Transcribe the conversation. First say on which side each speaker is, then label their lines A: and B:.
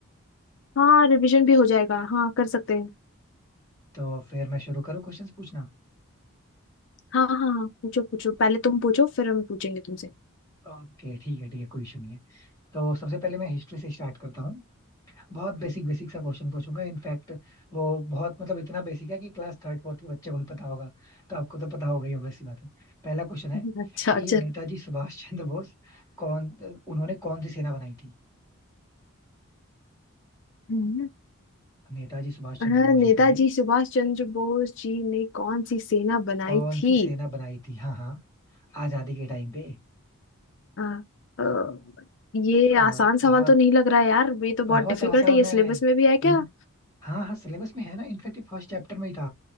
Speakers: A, on the left; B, on the left.
A: हाँ रिवीजन भी हो जाएगा हाँ कर सकते हैं
B: तो फिर मैं शुरू करूँ क्वेश्चंस पूछना
A: हाँ हाँ हाँ पूछो पूछो पहले तुम पूछो फिर हम पूछेंगे तुमसे
B: ओके ठीक है ठीक है कोई इशू नहीं है तो सबसे पहले मैं हिस्ट्री से स्टार्ट करता हूँ बहुत बेसिक बेसिक सा क्वेश्चन पूछूंगा इनफैक्ट वो बहुत मतलब इतना बेसिक है कि क्लास थर्ड फोर्थ के बच्चे को भी पता होगा तो आपको तो पता होगा ही obvious सी बात है पहला क्वेश्चन है
A: <laughs> अच्छा
B: कि
A: चलो
B: नेताजी सुभाष चंद्र बोस कौन उन्होंने कौन सी सेना बनाई थी
A: हम्म।
B: नेताजी सुभाष
A: हाँ,
B: चंद्र बोस
A: नेताजी
B: जो थे
A: सुभाष चंद्र बोस जी ने कौन सी सेना बनाई
B: कौन
A: थी
B: सी सेना बनाई थी हाँ हाँ आजादी के टाइम पे
A: आ, अ, ये
B: अ,
A: आसान सवाल
B: बहुत
A: तो नहीं लग रहा है यार ये तो बहुत
B: बहुत
A: डिफिकल्ट
B: आसान
A: है ये
B: है
A: सिलेबस में भी है क्या
B: इन हाँ हाँ सिलेबस में है ना इनफैक्ट फर्स्ट चैप्टर में ही था